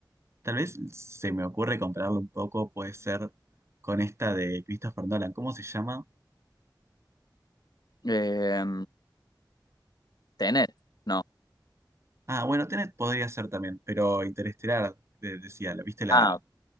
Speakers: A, on the right; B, on the left.
A: tal vez se me ocurre compararlo un poco, puede ser con esta de Christopher Nolan, ¿cómo se llama?
B: Eh, Tenet, no.
A: Ah, bueno, Tenet podría ser también, pero Interestelar, de- decía, la- viste la,
B: Ah,